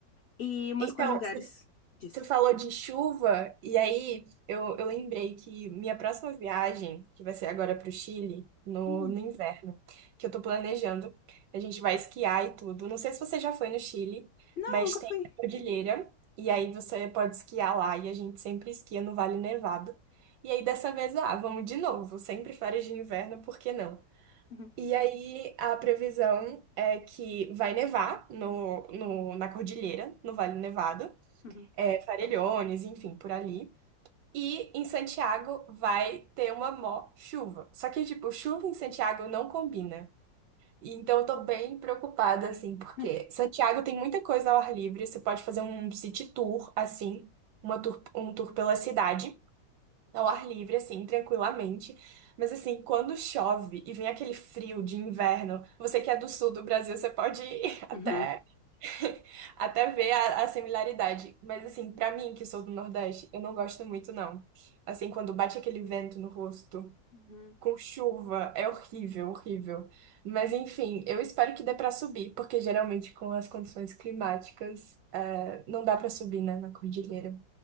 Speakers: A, on the left (about 65°); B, on the right (about 70°).
A: E umas
B: Então,
A: quais lugares disso?
B: Você falou de chuva, e aí eu, eu lembrei que minha próxima viagem, que vai ser agora para o Chile, no,
A: Hum.
B: no inverno, que eu tô planejando, a gente vai esquiar e tudo. Não sei se você já foi no Chile,
A: Não,
B: mas
A: nunca
B: tem
A: fui.
B: a cordilheira, e aí você pode esquiar lá, e a gente sempre esquia no Vale Nevado. E aí dessa vez, ah, vamos de novo, sempre férias de inverno, por que não?
A: Uhum,
B: E aí, a previsão é que vai nevar no, no, na cordilheira, no Vale Nevado
A: uhum,
B: é, Farellones, enfim, por ali. E em Santiago vai ter uma mó chuva. Só que, tipo, chuva em Santiago não combina. E Então eu tô bem preocupada, assim, porque
A: é,
B: Santiago tem muita coisa ao ar livre. Você pode fazer um city tour, assim, uma tour, um tour pela cidade, ao ar livre, assim, tranquilamente. Mas, assim, quando chove e vem aquele frio de inverno, você que é do sul do Brasil, você pode ir <laughs> até
A: uhum,
B: <laughs> Até ver a, a similaridade. Mas, assim, pra mim, que sou do Nordeste, eu não gosto muito, não. Assim, quando bate aquele vento no rosto,
A: uhum.
B: com chuva, é horrível, horrível. Mas, enfim, eu espero que dê pra subir, porque geralmente com as condições climáticas, eh, não dá pra subir, né, na cordilheira.